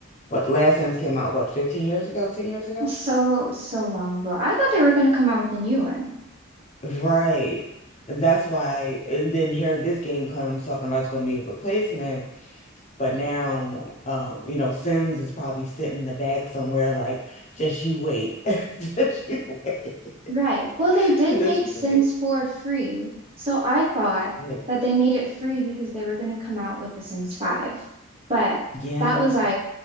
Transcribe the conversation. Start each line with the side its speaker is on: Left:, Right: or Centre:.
Left: what the last Sims came out, what, 15 years ago, 10 years ago?
Right: So, so long ago. I thought they were gonna come out with a new one.
Left: Right. And that's why, and then here this game comes talking about it's going to be a replacement, but now, um, you know, Sims is probably sitting in the back somewhere, like, just you wait, <laughs> just you wait,
Right: Right. Well, they
Left: <laughs>
Right: did make
Left: just you
Right: Sims
Left: wait.
Right: 4 free. So I thought
Left: Yeah,
Right: that they made it free because they were gonna come out with The Sims 5. But
Left: yeah.
Right: that was like